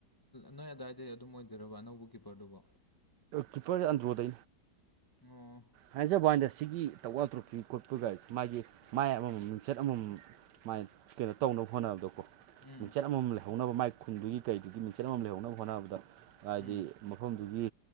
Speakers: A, on the left (about 25°); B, on the right (about 80°).
A: ꯅꯣꯏ ꯑꯗꯨꯋꯥꯏꯗꯩ ꯑꯗꯨꯝ ꯑꯣꯏꯗꯣꯏꯔꯕ ꯑꯅꯧꯕ ꯀꯤꯞꯄꯔꯗꯨꯕꯣ
B: ꯀ꯭ꯔꯤꯄꯔ ꯑꯟꯗꯔꯣꯗ
A: ꯑꯣ
B: ꯍꯥꯏꯖꯕ ꯍꯥꯏꯗ ꯁꯤꯒꯤ ꯇꯧꯋꯥꯜ ꯇ꯭ꯔꯨꯛꯁꯤ ꯈꯣꯠꯄꯒꯒꯥꯁꯦ ꯃꯥꯒꯤ ꯃꯥꯏ ꯑꯃꯃꯝ ꯃꯤꯡꯆꯠ ꯑꯃꯃꯝ ꯃꯥꯏꯅ ꯀꯩꯅꯣ ꯇꯧꯅꯕ ꯍꯣꯠꯅꯕꯗꯣꯀꯣ
A: ꯎꯝ
B: ꯃꯤꯡꯆꯠ ꯑꯃꯃꯝ ꯂꯩꯍꯧꯅꯕ ꯃꯥꯏ ꯈꯨꯟꯗꯨꯒꯤ ꯀꯩꯗꯨꯒꯤ ꯃꯤꯡꯆꯠ ꯑꯃ ꯂꯩꯍꯧꯅꯕ ꯍꯣꯠꯅꯕꯗ ꯍꯥꯏꯗꯤ
A: ꯎꯝ
B: ꯃꯐꯝꯗꯨꯒꯤ